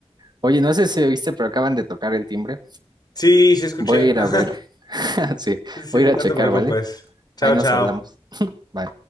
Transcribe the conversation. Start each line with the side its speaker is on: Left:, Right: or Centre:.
Right: Oye, no sé si oíste, pero acaban de tocar el timbre.
Left: Sí, sí escuché.
Right: Voy a ir
Left: <laughs> Ajá.
Right: a ver. <laughs> Sí, voy
Left: Sí,
Right: a ir
Left: no
Right: a checar,
Left: te preocupes.
Right: ¿vale?
Left: Chao,
Right: Ahí nos
Left: chao.
Right: hablamos. Bye.